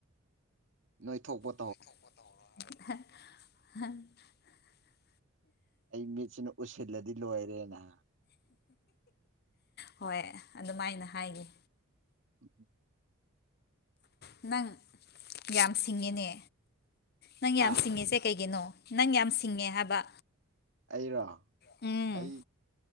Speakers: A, on the right; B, on the left.
A: ꯅꯣꯏꯊꯣꯛꯄꯥ
B: <unintelligible>
A: ꯑꯩ ꯃꯤꯠꯁꯤꯅ ꯎꯨꯏꯁꯤꯜꯂꯗꯤ ꯂꯣꯏꯔꯦꯅꯍꯥ
B: ꯍꯣꯏ ꯑꯗꯨꯃꯥꯏꯅ ꯍꯥꯏꯒ‌ꯦ
A: ꯎꯝꯝ <unintelligible>
B: ꯅꯪ ꯌꯥꯝ ꯁꯤꯡꯉꯤꯅꯦ ꯅꯪ ꯌꯥꯝ
A: ꯍꯥ
B: ꯁꯤꯡꯉꯤꯁꯦ ꯀꯩꯒꯤꯅꯣ ꯅꯪ ꯌꯥꯝ ꯁꯤꯡꯉꯦ ꯍꯥꯏꯕ
A: ꯑꯩꯔꯣ
B: ꯎꯝ
A: ꯑꯩ